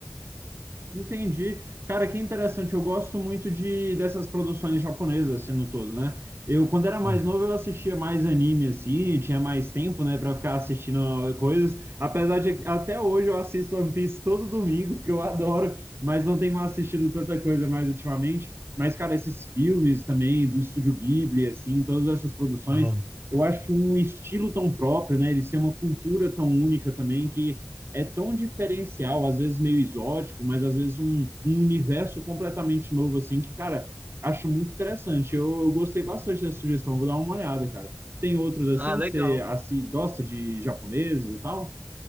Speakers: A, on the right; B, on the right.
A: Entendi. Cara, que interessante. Eu gosto muito de dessas produções japonesas, assim, no todo, né? Eu, quando era mais
B: Uhum.
A: novo, eu assistia mais anime, assim, tinha mais tempo, né, pra ficar assistindo coisas. Apesar de, até hoje, eu assisto One Piece todo domingo, que eu adoro, mas não tenho assistido tanta coisa mais ultimamente. Mas, cara, esses filmes também, do Estúdio Ghibli, assim, todas essas produções,
B: Ah,
A: eu acho um estilo tão próprio, né? Eles têm uma cultura tão única também que é tão diferencial, às vezes meio exótico, mas às vezes um, um universo completamente novo, assim, que, cara, acho muito interessante. Eu, eu gostei bastante dessa sugestão, vou dar uma olhada, cara. Tem outros assim
B: ah, legal.
A: que você assim, gosta de japoneses e tal?